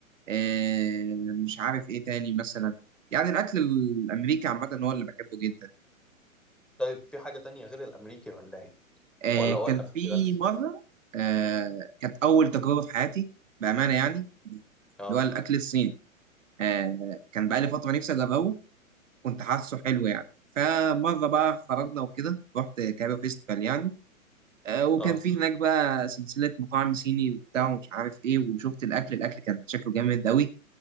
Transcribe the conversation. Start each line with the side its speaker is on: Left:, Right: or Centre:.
Right: آه، مش عارف ايه تاني مثلا يعني الاكل الامريكي عامه هو اللي بحبه جدا
Centre: طيب في حاجه تانية غير الامريكي ولا ايه
Right: آه،
Centre: ولا
Right: كان
Centre: هو الامريكي
Right: في
Centre: بس
Right: مره آه، كانت اول تجربه في حياتي بامانه يعني
Centre: اه
Right: اللي هو الاكل الصيني آه، كان بقالي فتره نفسي اجربه كنت حاسه حلو يعني فمره بقى خرجنا وكده رحت كايرو فيستيفال يعني آه، وكان
Centre: اه
Right: في هناك بقى سلسله مطاعم صيني وبتاع ومش عارف ايه وشفت الاكل الاكل كان شكله جامد قوي